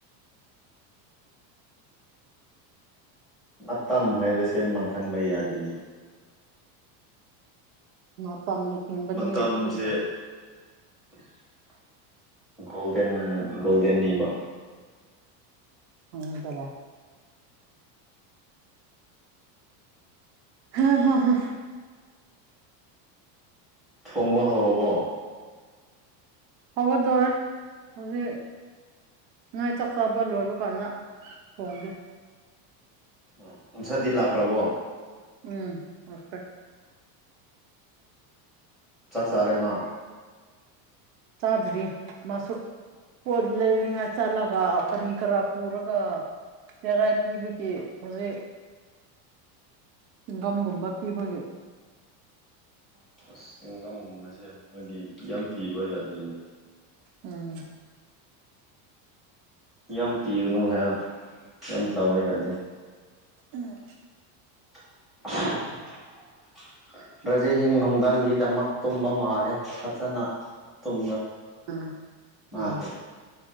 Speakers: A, in the centre; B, on the right (about 80°).
A: ꯃꯇꯝ ꯍꯥꯏꯕꯁꯦ ꯃꯥꯡꯍꯟꯕ ꯌꯥꯗꯅꯤ
B: ꯃꯇꯝꯅ ꯍꯤꯡꯕꯅꯤꯅ
A: ꯃꯇꯝꯁꯦ
B: ꯑꯩꯈꯣꯏꯁꯦ
A: <unintelligible> ꯒꯣꯜꯗꯦꯟ ꯒꯣꯜꯗꯦꯟ ꯅꯤꯃ
B: ꯈꯪꯗꯕ ꯍꯥ ꯍꯥ ꯍꯥ
A: ꯊꯣꯡꯕ ꯍꯧꯔꯕꯣ꯫
B: ꯍꯧꯒꯗꯣꯔ ꯍꯧꯖꯤꯛ꯫ ꯅ ꯆꯥꯛꯆꯥꯥꯕ ꯂꯣꯏꯕ ꯀꯥꯟꯗꯥ ꯊꯣꯡꯒꯦ꯫
A: ꯎ ꯅꯨꯡꯁꯥꯗꯤ ꯂꯥꯛꯈ꯭ꯔꯕꯣ꯫
B: ꯎꯝ ꯂꯥꯛꯈ꯭ꯔꯦ꯫
A: ꯆꯥꯛꯆꯥꯥꯔꯦ ꯃꯥ꯫
B: ꯆꯥꯗ꯭ꯔꯤ ꯃꯥꯁꯨ ꯄꯣꯠ ꯂꯩꯔꯤꯉꯩ ꯆꯠꯂꯒ꯫ ꯀꯔꯤ ꯀꯔꯥ ꯄꯨꯔꯒ ꯏꯦꯔꯥꯏ ꯄꯤꯕꯒꯤꯦ ꯍꯧꯖꯤꯛ꯫ ꯁꯤꯟꯒꯝꯒꯨꯝꯕ ꯊꯤꯕꯒ꯫
A: ꯑꯁ ꯆꯤꯡꯒꯥꯝꯒꯨꯝꯕꯁꯦ ꯃꯥꯒꯤ ꯌꯥꯝ ꯄꯤꯕ ꯌꯥꯗꯣꯏꯅꯤ꯫
B: ꯎꯝ꯫
A: ꯌꯥꯝ ꯄꯤꯔꯅ ꯍꯥꯏ ꯌꯥꯝꯅ ꯊꯥꯕ ꯌꯥꯗꯦ꯫
B: ꯎꯝ꯫
A: <inaudible> ꯔꯕ꯭ꯔꯖꯦ ꯍꯌꯦ ꯅꯨꯡꯗꯥꯡꯒꯤꯗꯃꯛ ꯇꯨꯝꯕ ꯃꯥꯜꯂꯦ ꯐꯖꯅ ꯇꯨꯝ
B: ꯎꯝ
A: ꯃꯥꯁꯦ
B: ꯎꯝ